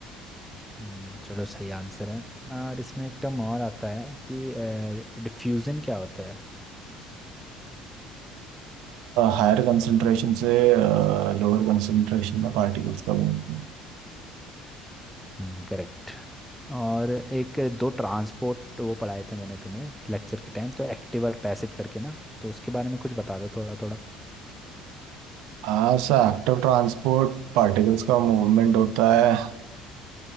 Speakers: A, in the centre; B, on the right (about 80°).
A: हम्म, चलो सही आंसर है और इसमें एक टर्म और आता है कि डिफ्यूजन क्या होता है
B: Higher concentration से लोअर कंसंट्रेशन में पार्टिकल्स का मूवमेंट
A: हम्म करेक्ट और एक दो ट्रांसपोर्ट वो पढ़ाए थे मैंने तुम्हें लेक्चर के टाइम तो एक्टिव और पैसिव करके ना तो उसके बारे में कुछ बता दो थोड़ा थोड़ा
B: हाँ सर एक्टिव ट्रांसपोर्ट पार्टिकल्स का मूवमेंट होता है